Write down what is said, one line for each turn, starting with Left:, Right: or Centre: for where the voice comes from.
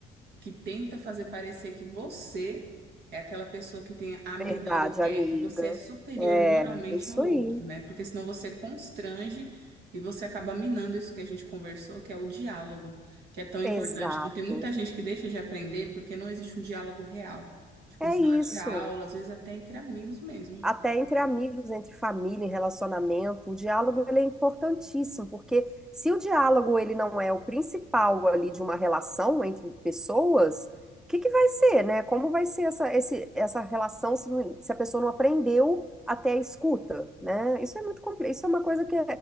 Right: que tenta fazer parecer que você é aquela pessoa que tem a
Centre: Verdade,
Right: melhor ideia,
Centre: amiga.
Right: que você é superior
Centre: É,
Right: moralmente
Centre: é isso
Right: ao outro,
Centre: aí.
Right: né? Porque senão você constrange e você acaba minando isso que a gente conversou, que é o diálogo, que é tão importante.
Centre: Exato.
Right: Então, tem muita gente que deixa de aprender porque não existe um diálogo real. Tipo,
Centre: É
Right: em sala
Centre: isso.
Right: de aula, às vezes até entre amigos mesmo.
Centre: até entre amigos, entre família, em relacionamento, o diálogo ele é importantíssimo, porque se o diálogo ele não é o principal ali de uma relação entre pessoas, o que que vai ser, né? Como vai ser essa, esse, essa relação se, não- se a pessoa não aprendeu até a escuta, né? Isso é muito complexo, isso é uma coisa que